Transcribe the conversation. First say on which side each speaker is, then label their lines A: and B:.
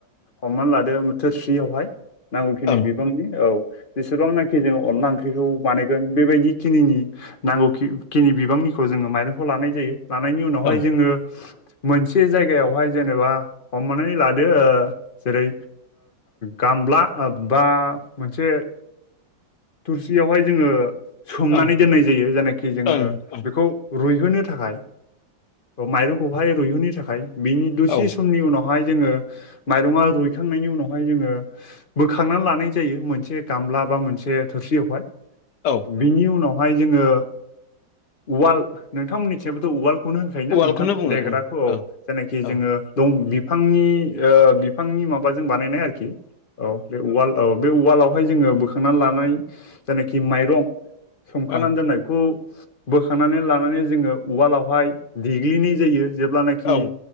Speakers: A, on the left; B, on the left.
A: हमनानै लादो थोरसियावहाय नांगौखिनि
B: ओं
A: बांनि औ जेसेबांनाखि जों अनला ओंख्रिखौ बानायगोन बेबायदि खिनि नांगौ खि खिनि बिबांनिखौ जोङो माइरंखौ लानाय जायो लानायनि उनावहाय
B: ओं
A: जोङो मोनसे जायगायावहाय जेनेबा हमनानै लादो जेरै गामला बा मोनसे थुरसियावहाय जोङो सोमनानै
B: ओं
A: दोननाय जायो जायनाखि जोङो
B: ओं ओं
A: बेखौ रुइहोनो थाखाय माइरंखौहाय रुइहोनो थाखाय बिनि दसे
B: औ
A: समनि उनावहाय जोङो माइरङा रुइखांनायनि उनावहाय जोङो बोखांनानै लानाय जायो मोनसे गामला बा मोनसे थोरसियावहाय
B: औ
A: बिनि उनावहाय जोङो उवाल नोंथांमोननिथिंथ' उवाल् खौनो होनखायोोना
B: उवालखौनो
A: नोंथां
B: बुङो
A: देग्राखौ औ
B: ओं
A: जेनाखि
B: ओं
A: जोङो दं बि बिफांनि बिफांनि माबाजों बानायनाय आरोखि औ बे ववाल औ बे उवालावहाय जोङो बोखांनानै लानाय जायनाखि माइरं संखानानै
B: ओं
A: दोननायखौ बोखांनानै लानानै जोङो उवालावहाय देग्लिनाय जायो जेब्लानाखि
B: ओं